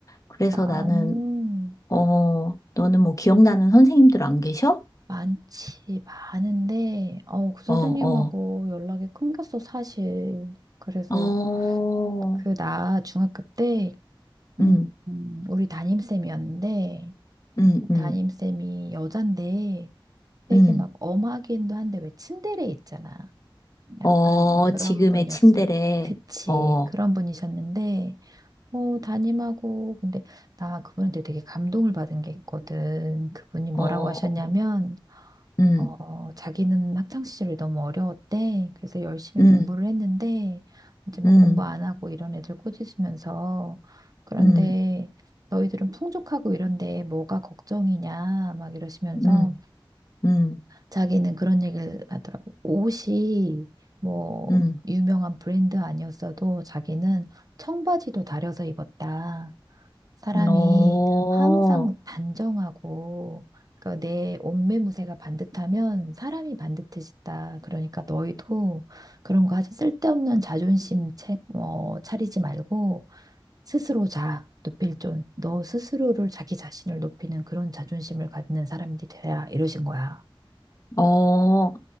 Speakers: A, on the left; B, on the right.
A: 그래서
B: 나는
A: 나는, 어, 너는 뭐 기억나는 선생님들 안 계셔?
B: 많지, 많은데, 어, 그 선생님하고
A: 어, 어,
B: 연락이 끊겼어, 사실. 그래서
A: 어,
B: 그, 나 중학교 때, 음,
A: 음,
B: 음, 우리 담임쌤이었는데,
A: 음, 음,
B: 담임쌤이 여잔데, 되게
A: 음.
B: 막 엄하기도 한데, 왜 츤데레 있잖아. 약간
A: 어,
B: 그런
A: 지금의
B: 분이었어.
A: 친데레,
B: 그치,
A: 어, 어,
B: 그런 분이셨는데, 뭐, 담임하고, 근데 나 그분한테 되게 감동을 받은 게 있거든. 그분이 뭐라고
A: 어,
B: 하셨냐면,
A: 음,
B: 어, 자기는 학창시절이 너무 어려웠대. 그래서 열심히
A: 음,
B: 공부를 했는데, 이제 뭐
A: 음,
B: 공부 안 하고 이런 애들 꾸짖으면서, 그런데
A: 음,
B: 너희들은 풍족하고 이런데 뭐가 걱정이냐, 막 이러시면서
A: 음, 음,
B: 자기는 그런 얘기를 하더라고. 옷이 뭐
A: 음,
B: 유명한 브랜드 아니었어도 자기는 청바지도 다려서 입었다. 사람이
A: 음, 어,
B: 항상 단정하고 그내 옷매무새가 반듯하면 사람이 반듯해진다. 그러니까 너희도 그런 거 아주 쓸데없는 자존심 채, 어, 차리지 말고 스스로 자. 높일 존. 너 스스로를 자기 자신을 높이는 그런 자존심을 갖는 사람들이 돼야 이러신 거야.
A: 어.